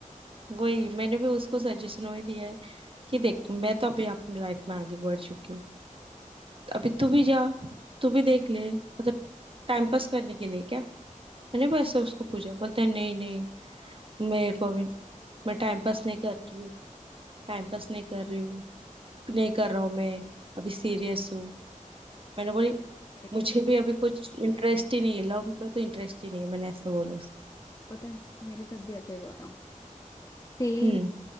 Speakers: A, on the right; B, on the left.
A: वही मैंने भी उसको सजेशन वही दिया है कि
B: हम्म,
A: देख मैं तो अभी अपनी लाइफ में आगे बढ़ चुकी हूँ तो अभी तू भी जा तू भी देख ले मतलब टाइम पास करने के लिए क्या मैंने वैसे उसको पूछा बोलते हैं नहीं नहीं मेरे को भी मैं टाइम पास नहीं कर रही हूँ टाइम पास नहीं कर रही हूँ नहीं कर रहा हूँ मैं अभी सीरियस हूँ मैंने बोली
B: लड़के
A: मुझे
B: कभी
A: भी अभी कुछ
B: नहीं होते
A: इंटरेस्ट ही नहीं है लव में तो इंटरेस्ट ही नहीं है मैंने ऐसा बोला उसको
B: पता है मेरे साथ भी ऐसा ही हुआ था सेम
A: हम्म